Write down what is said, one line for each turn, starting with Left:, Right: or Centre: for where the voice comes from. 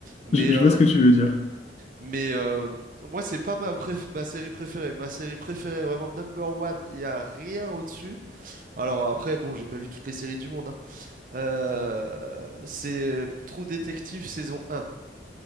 Right: Mais,
Left: je, je
Right: euh,
Left: vois ce que tu veux dire.
Right: mais euh, moi, c'est pas ma, préf- ma série préférée. Ma série préférée, vraiment number one, il y a rien au-dessus. Alors, après, bon, j'ai pas vu toutes les séries du monde, hein, Euh, c'est Trou Détective saison 1.